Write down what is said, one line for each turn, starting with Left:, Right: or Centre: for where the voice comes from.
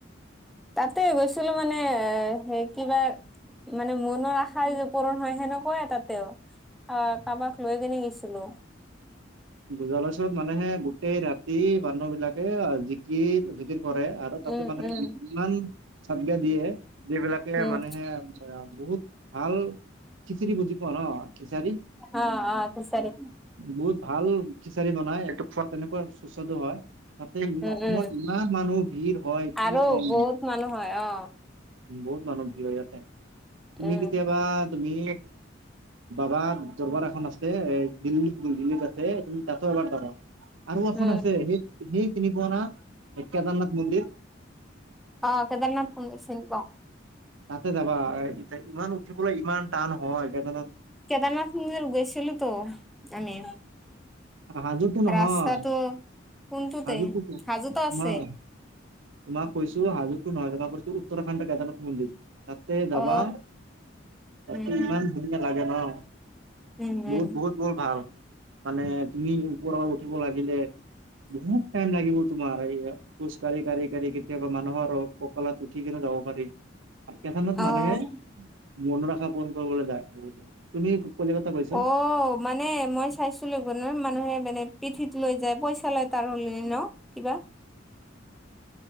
Centre: তাতে গৈছিলো মানে সেই কিবা মানে মনৰ আশাৰ য পূৰণ হয় সেনেকুৱাইে তাতেও অ কাৰোবাক লৈ কেনে গৈছিলো
Right: জলাচৰত মানেহে গোটেই ৰাতি মানুহ বিলাকে জিকি জিকিৰ কৰে আৰু তাতে
Centre: উম
Right: মানে
Centre: উম
Right: ইমান চাতগা দিয়ে যিবিলাকে
Centre: উম
Right: মানেহে বহুত ভাল খিচিৰি বুজি পোৱা ন। ছাৰী
Centre: অ অ ফিচাৰী
Right: বহুত। ভাল খিচাৰি বনাই খোৱা তেনেকুৱা সুস্বাদু হয়। তাতে ই
Centre: উম
Right: অসমত
Centre: উম
Right: ইমান মানুহ ভিৰ হয় কি
Centre: আৰু
Right: কম।
Centre: বহুত মানুহ হয় অ
Right: বহুত মানুহ ভিৰ হয় ইয়াতে তুমি
Centre: উম
Right: কেতিয়াবা। তুমি বাবা দৰবাৰ এখন আছে এ দিল্লীত দিল্লীত আছে। তুমি তাতো এবাৰ দৰা আৰু এখন
Centre: উম
Right: আছে সেই সেই তিনি পোৱানা কেদাৰনাথ মন্দিৰ।
Centre: অ' কেদাৰনাথ পন্দ চিন পাও।
Right: তাতে যাবা ইমান উঠিবলৈ ইমান টান হয় সেইকাৰ
Centre: কেদাৰনাথ মন্দিৰ গৈছিলো তো আমি
Right: হাজোতো নহয়
Centre: ৰাস্তাটো কোনটোতে
Right: হাজোতো
Centre: সাজোতো
Right: তোমাক
Centre: আছে
Right: তোমাক কৈছো হাজোৰতো নহয় তোমাক কৈছো উত্তৰাখণ্ডৰ কেদনাথ মন্দিৰ। তাতে যাবা।
Centre: অ উম
Right: ত ইমান
Centre: উম
Right: ধুনীয়া লাগে ন
Centre: উম উম
Right: বহুত বহুত বহুত ভাল। মানে তুমি ওপৰৰ উঠিব লাগিলে। বহুত টাইম লাগিব তোমাৰ এই খোজ কঢ়ি কাঢ়ি কেতিয়াবা মানুহৰ ককালত উঠি কিনে ববাৰ কথানত মানুহে
Centre: অ
Right: মনৰ আখা পূৰণ কৰিবলৈ যায় বহুত তুমি কলিকতা গৈছ?
Centre: অ' মানে মই চাইছিলো নহয় মানুহে। মানে পিঠিত লৈ যায় পইচা লয় তাৰ হ'লে ন কিবা।